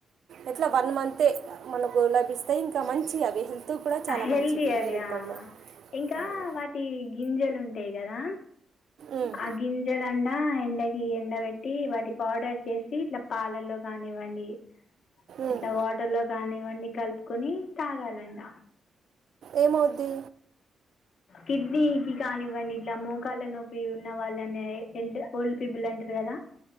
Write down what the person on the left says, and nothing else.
హెల్తీ
అది
ఆ
ఇంకా
వాటి గింజలు ఉంటాయి కదా
ఆ గింజలంట ఎండకి ఎండ పెట్టి వాటి పౌడర్ చేసి ఇట్లా పాలల్లో కానివ్వండి
ఇట్లా వాటర్లో కానివ్వండి కలుపుకుని తాగాలంట
కిడ్నీ కి కానివ్వండి ఇట్లా మోకాళ్ళ నోపి ఉన్న వాళ్ళనే ఎల్డ్ ఓల్డ్ పీపుల్ అంటారు కదా